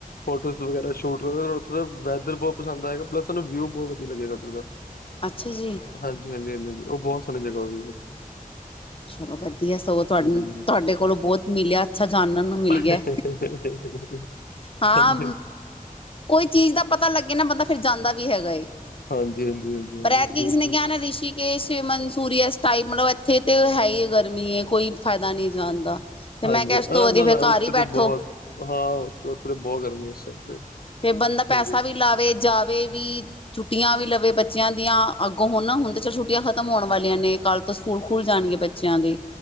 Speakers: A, on the left; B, on the left.
A: ਫੋਟੋਜ਼ ਵਗੈਰਾ ਸ਼ੂਟ ਕਰੋਗੇ ਓੱਥੇ ਦਾ ਵੈਦਰ ਬੋ ਪਸੰਦ ਆਏਗਾ ਪਲੱਸ ਤੁਹਾਨੂੰ ਵਿਊ ਬੋ ਵਦੀਆ ਲਗੇਗਾ ਓਦਰ ਦਾ।
B: ਅੱਛਾ ਜੀ।
A: ਹਾਂਜੀ-ਹਾਂਜੀ-ਹਾਂਜੀ-ਹਾਂਜੀ, ਓਹ ਬੋਤ ਸੋਹਣੀ ਜਗ੍ਹਾ ਹੋ ਵੀ।
B: ਚਲੋ ਵਦੀਐ ਸਗੋਂ ਤੁਹਾਡ
A: ਹੂੰ।
B: ਤੁਹਾਡੇ ਕੋਲੋਂ ਬਹੁਤ ਮਿਲਿਆ ਅੱਛਾ ਜਾਨਣ ਨੂੰ ਮਿਲ ਗਿਐ
A: ਹਾਂਜੀ, ਹਾਂਜੀ,
B: ਹਾਂ,
A: ਹਾਂਜੀ,
B: ਕੋਈ ਚੀਜ਼ ਦਾ ਪਤਾ ਲੱਗੇ ਨਾ ਬੰਦਾ ਫਿਰ ਜਾਂਦਾ ਵੀ ਹੈਗਾ ਏ।
A: ਹਾਂਜੀ, ਹਾਂਜੀ
B: ਪਰ ਐਤਕੀ
A: ਜ਼ਰੂਰ,
B: ਕਿਸੀ
A: ਜ਼ਰੂਰ
B: ਨੇ ਕਹਨੈ ਰਿਸ਼ੀ ਏਹ ਸ਼ਿਮ ਮਨਸੂਰੀਸ ਟਾਈਪ ਮਤਲਬ ਇੱਥੇ ਤੇ ਹੈਈ ਗਰਮੀ ਏ, ਕੋਈ ਫਾਇਦਾ ਨਹੀਂ ਜਾਣ ਦਾ ਤੇ
A: ਹਾਂਜੀ,
B: ਮੈਂ ਕਿਹਾ ਇਸ
A: ਅੰ
B: ਤੋਂ ਵਧੀਆ
A: ਨਾ-ਨਾ
B: ਫੇਰ ਘਰ
A: ਓਥੇ
B: ਹੀ
A: ਤੇ
B: ਬੈਠੋ।
A: ਬੋਤ, ਹਾਂ ਹੋਰ ਕੀ ਓਥੇ ਤੇ ਬੋਹ ਗਰਮੀ ਇਸ ਟੈਮ ਤੇ
B: ਤੇ ਬੰਦਾ ਪੈਸਾ
A: ਹਾਂਜੀ,
B: ਵੀ ਲਾਵੇ, ਜਾਵੇ ਵੀ ਛੁੱਟੀਆਂ ਵੀ ਲਵੇ ਬੱਚਿਆਂ ਦੀਆਂ, ਅੱਗੋਂ ਹੁਨ ਨਾ ਹੁਨ ਤਾਂ ਚਲ ਛੁੱਟੀਆਂ ਖਤਮ ਹੋਨ ਵਾਲੀਆਂ ਨੇ ਕੱਲ ਤੋਂ ਸਕੂਲ ਖੁੱਲ ਜਾਨਗੇ ਬੱਚਿਆਂ ਦੇ।